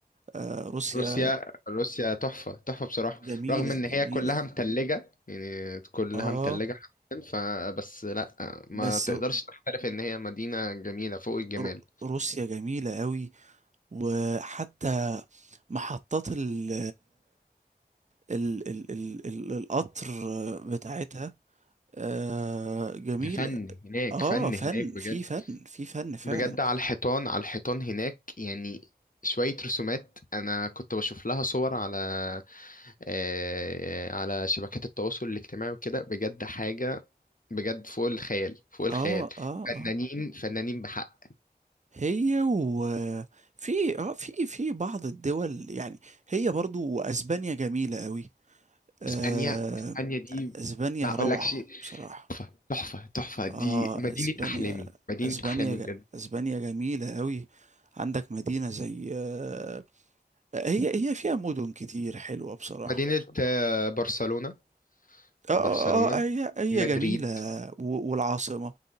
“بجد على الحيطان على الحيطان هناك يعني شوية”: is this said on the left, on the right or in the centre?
Left